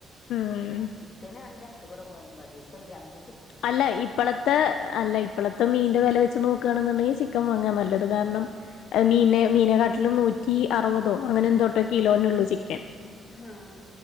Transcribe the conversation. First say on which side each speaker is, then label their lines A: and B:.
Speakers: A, on the left (about 85°); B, on the left (about 45°).
A: ഉം
B: ചിക്കനാണെങ്കി അടുത്ത് കൂടെ പോവാനും പാടില്ല ഇപ്പൊ രണ്ട്
A: അല്ല ഇപ്പോളത്തെ അല്ല ഇപ്പോ ഇത്തെ മീൻന്റെ വെല വച്ച് നോക്കാണെന്നുണ്ടെങ്കിൽ ചിക്കൻ വാങ്ങാൻ നല്ലത് കാരണം മീനെ മീനെക്കാട്ടിലും നൂറ്റി അറുപതോ അങ്ങനെ എന്തോട്ടോ കിലോനെ ഉള്ളൂ ചിക്കൻ
B: ആഹ്